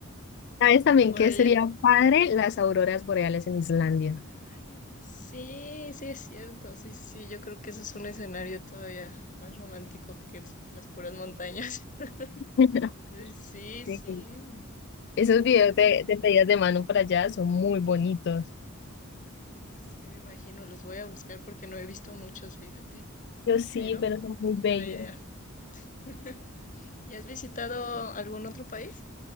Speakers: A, on the left; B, on the left.
A: ¿Sabes también
B: por
A: que
B: ahí
A: sería
B: el...
A: padre las auroras boreales en Islandia?
B: Ay, Sí, sí es cierto, sí, sí, sí, yo creo que ese es un escenario todavía más romántico que las puras montañas. <laughs>
A: <laughs>
B: Entonces, sí, sí,
A: Sí. Esos
B: qué
A: videos
B: padre.
A: de, de pedidas de mano por allá son muy bonitos.
B: Sí, me imagino, los voy a buscar porque no he visto muchos, fíjate,
A: Yo sí,
B: pero
A: pero son muy
B: es
A: bellos.
B: buena idea. <laughs> ¿Y has visitado algún otro país?